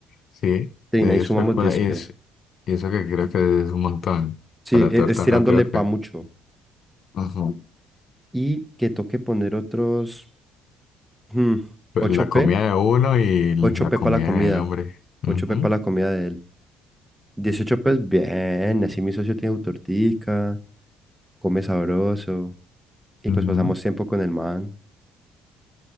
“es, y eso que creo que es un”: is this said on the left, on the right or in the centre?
Left